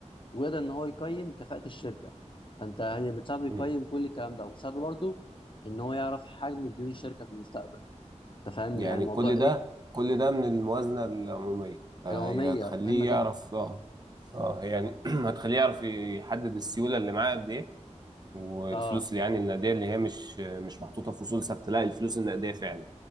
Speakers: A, on the left; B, on the right.
A: ويقدر ان هو يقيم كفاءه الشركه فانت هي بتساعده يقيم
B: مم.
A: كل الكلام ده وبتساعده برضه ان هو يعرف حجم ديون الشركه في المستقبل انت فاهم
B: يعني
A: يعني موضوع
B: كل
A: ايه
B: ده كل ده من الموازنة العمومية فهي
A: العموميه
B: هتخليه
A: مهمه جدا
B: يعرف اه اه يعني <clears throat> هتخليه يعرف يحدد السيولة اللي معاه قد ايه والفلوس
A: اه
B: اللي يعني النقدية اللي هي مش مش محطوطة في أصول ثابتة لا الفلوس النقدية فعلا